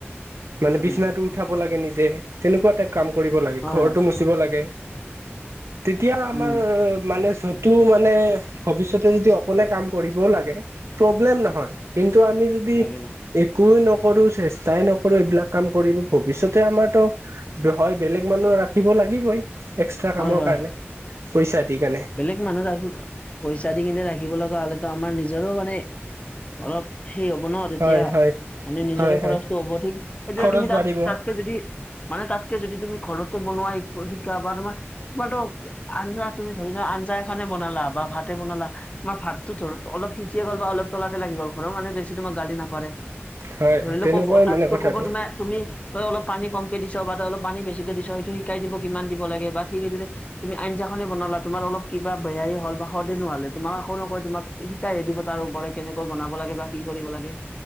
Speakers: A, on the right; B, on the left.
A: মানে
B: হয়
A: বিচনাটো
B: হয়
A: উঠাব লাগে নিজে তেনেকুৱা টাইপ। কাম কৰিব লাগে
B: হয়
A: ঘৰটো
B: হয়
A: মুচিব লাগে তেতিয়া আমাৰ
B: উম
A: মানে চ মানে অফিচতে যদি অকলে কাম কৰিব লাগে প্ৰব্লেম নহয় কিন্তু আমি যদি যদি
B: লাগে
A: একোৱেই নকৰো চেষ্টাই নকৰো এইবিলাক কাম কৰিব ভৱিষ্যতে আমাৰতো হয় বেলেগ মানুহ ৰাখিব লাগিবই এক্সট্ৰা
B: হয়
A: কামৰ
B: হয়
A: কাৰণে পইচা দি কানে।
B: বেলেগ মানুহ পইচা দি কিনে ৰাখিব লগা হ'লেতো আমাৰ নিজৰো মানে অলপ সেই হ'ব ন তেতিয়া
A: হয় হয়
B: মানে নিজৰে
A: হয়
B: খৰচটো
A: হয়
B: হ'ব ঠিক তেতিয়া
A: খৰচ
B: তুমি তাত
A: বাঢ়িব
B: তাতকে যদি মানে তাতকে যদি তুমি ঘৰতে বনোৱা শ শিকোৱা বা তোমাৰটো আঞ্জা তুমি ধৰি লোৱা আঞ্জা এখনে বনালা বা ভাতে বনালা তোমাৰ ভাতটো ধৰত অলপ সিজিয়ে গ'ল বা তলতে লাগি গ'ল ঘৰৰ মানুহে বেছিকে তোমাক গালি নাপাৰে।
A: হয়
B: ধৰি লোৱা
A: তেনেকুৱাই
B: তাতকে
A: মানে কথাটো
B: ক'ব তোমাক তুমি ধৰা অলপ পানী কমকে দিছা বা ত অলপ পানী বেছিকে দিছা সেইটো শিকাই দিব কিমান দিব লাগে বা ঠিক সেইদৰে তুমি আঞ্জাখনে বনালা তোমাৰ অলপ কিবা বেয়াই হল বা সোৱাদে নহলে তোমাক একো নকয় তোমাক শিকাই হে দিব তাৰ ওপৰে কেনেকৈ বনাব লাগে বা কি কৰিব লাগে।